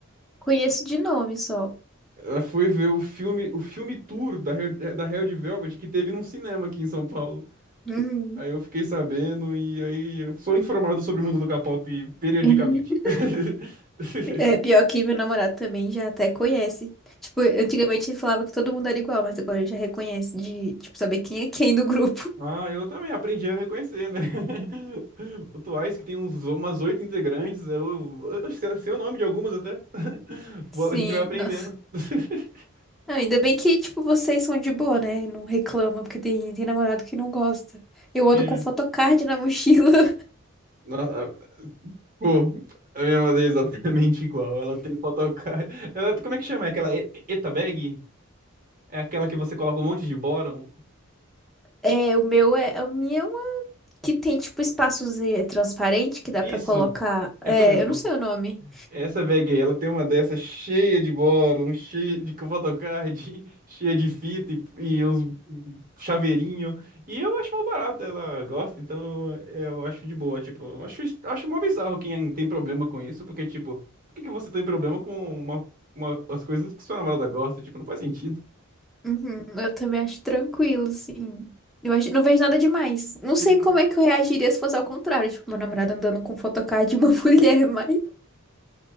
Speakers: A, in the centre; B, on the right.
A: Conheço de nome só.
B: Ela foi ver o filme, o filme tour da Red, da Red Velvet que teve num cinema aqui em São Paulo.
A: Hum.
B: Aí eu fiquei sabendo e aí eu sou informado sobre o mundo do K-pop periodicamente.
A: <laughs>
B: <laughs>
A: É, pior que meu namorado também já até conhece. Tipo, antigamente ele falava que todo mundo era igual, mas agora ele já reconhece de, tipo, saber quem é quem do grupo.
B: Ah, eu também aprendi a reconhecer, né? <laughs> O Twice, que tem uns, umas oito integrantes, eu, eu sei sei o nome de algumas até. <laughs> Vou-
A: <laughs> Sim.
B: A gente vai aprendendo.
A: Não,
B: <laughs>
A: Não, ainda bem que, tipo, vocês são de boa, né? Não reclama, porque tem, tem namorado que não gosta. Eu
B: É.
A: ando com photocard na mochila. <laughs>
B: Na- Pô, a minha mãe é exatamente igual. Ela tem photocard. Ela, como é que chama? É aquela e- Eta bag? É aquela que você coloca um monte de bóron?
A: É, o meu é, o meu Que tem tipo espaços eh, transparente que dá
B: Isso!
A: pra colocar. É,
B: Essa mesmo.
A: eu não sei o nome.
B: Essa bag aí, ela tem uma dessa cheia de bóron, cheia de photocard, <laughs> cheia de fita e, e uns chaveirinho. E eu acho mó barato, ela gosta, então é, eu acho de boa. Tipo, eu acho, acho mó bizarro quem tem problema com isso, porque, tipo, por que que você tem problema com uma, uma, as coisas que sua namorada gosta? Tipo, não faz sentido.
A: Uhum, eu também acho tranquilo, assim. Eu acho, não vejo nada demais. Não
B: Uhum.
A: sei como é que eu reagiria se fosse ao contrário. Tipo, meu namorado andando com photocard de uma <laughs> mulher, mas.